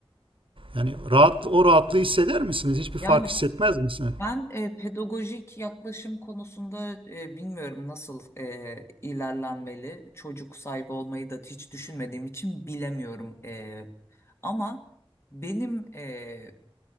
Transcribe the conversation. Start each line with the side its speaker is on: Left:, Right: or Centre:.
Right: Yani rahat o rahatlığı hisseder misiniz? Hiçbir
Left: Yani
Right: fark hissetmez misiniz?
Left: ben e, pedagojik yaklaşım konusunda e, bilmiyorum nasıl e, ilerlenmeli. Çocuk sahibi olmayı da hiç düşünmediğim için bilemiyorum. E, ama benim e,